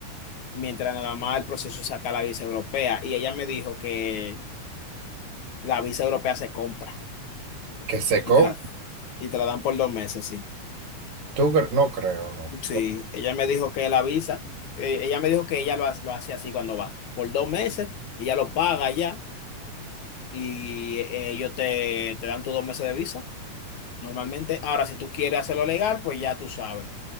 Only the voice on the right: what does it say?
Que se compre,
tú cre- no creo, no.